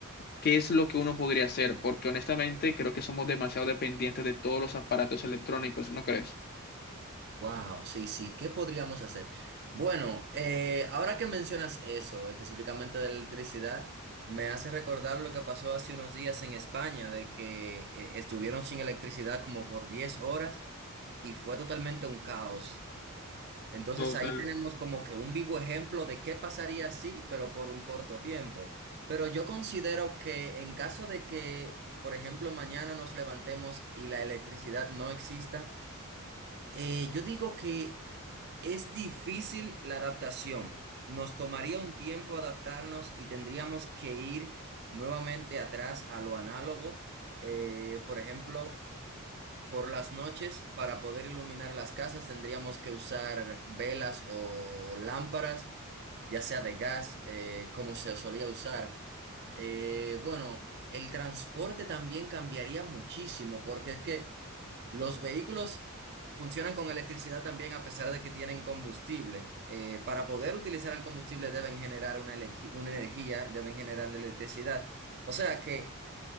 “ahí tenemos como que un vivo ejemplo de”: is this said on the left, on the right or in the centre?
Right